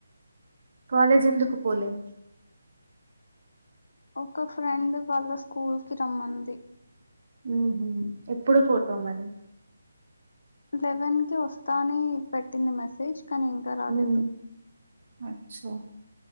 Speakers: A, on the right; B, on the left.
A: కాలేజ్ ఎందుకు పోలే
B: ఒక ఫ్రెండ్ వాళ్ళ స్కూల్ కి రమ్మంది
A: ఉమ్ హు ఎప్పుడు పోతావు మరి
B: లెవెన్ కి వస్తా అని పెట్టింది మెసేజ్ కానీ ఇంకా రాలేదు
A: ఉమ్ అచ్చా